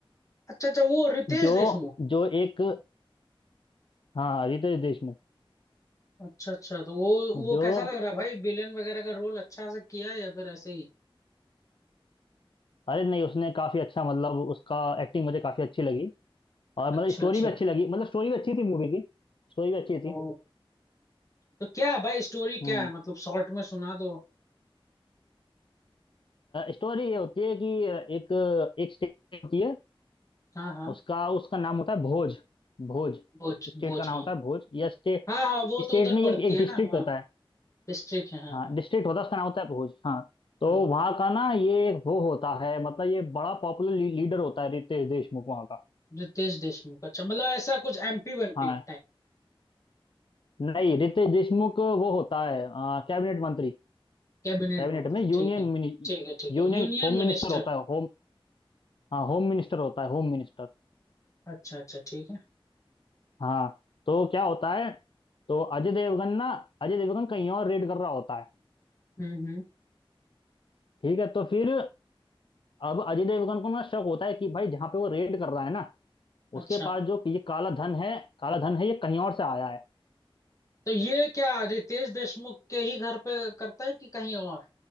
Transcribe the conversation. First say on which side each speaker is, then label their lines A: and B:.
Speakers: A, on the left (about 35°); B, on the left (about 60°).
A: अच्छा अच्छा वो रितेश
B: जो
A: देशमुख
B: जो एक हाँ रितेश देशमुख
A: अच्छा अच्छा तो वो वो
B: जो
A: कैसा लग रहा है भाई विलेन वगैरह का रोल अच्छा से किया है या फिर ऐसे ही
B: अरे नहीं उसने काफी अच्छा मतलब उसका एक्टिंग मुझे काफी अच्छी लगी और
A: अच्छा
B: मतलब स्टोरी
A: अच्छा
B: भी अच्छी लगी मतलब स्टोरी भी अच्छी थी मूवी की स्टोरी भी अच्छी थी
A: ओ तो क्या है भाई स्टोरी
B: हम्म
A: क्या है मतलब शॉर्ट में सुना दो
B: स्टोरी ये होती है कि एक एक स्टेट होती है
A: हाँ हाँ
B: उसका उसका नाम होता है भोज भोज
A: भोज
B: स्टेट
A: भोज
B: का नाम
A: हाँ
B: होता है भोज या स्टेट
A: हाँ हाँ वो
B: स्टेट
A: तो उधर
B: नहीं
A: पड़ती
B: एक एक
A: है
B: डिस्ट्रिक्ट
A: ना हाँ
B: होता है
A: डिस्ट्रिक्ट है हाँ
B: हाँ
A: हाँ
B: डिस्ट्रिक्ट होता है उसका नाम होता है भोज हाँ तो
A: हम्म,
B: वहाँ का ना ये एक वो होता है मतलब ये बड़ा पॉपुलर ली, लीडर होता है रितेश देशमुख वहाँ का
A: रितेश देशमुख अच्छा मतलब ऐसा कुछ एमपी वेमपी
B: हाँ नहीं रितेश देशमुख वो होता है कैबिनेट मंत्री
A: कैबिनेट
B: कैबिनेट
A: मंत्री
B: में यूनियन
A: ठीक है ठीक है ठीक
B: यूनियन
A: है यूनियन
B: होम मिनिस्टर
A: मिनिस्टर
B: होता है होम हाँ होम मिनिस्टर होता है होम मिनिस्टर
A: अच्छा अच्छा ठीक है
B: हाँ तो क्या होता है तो अजय देवगन ना अजय देवगन कहीं और रेड कर रहा होता है
A: हम्म हम्म
B: ठीक है तो फिर अब अजय देवगन को ना शक होता है कि भाई जहाँ पे वो रेड कर रहा है ना
A: अच्छा
B: उसके पास जो ये काला धन है काला धन है ये कहीं और से आया है
A: तो ये क्या रितेश देशमुख के ही घर पे करता है कि कहीं और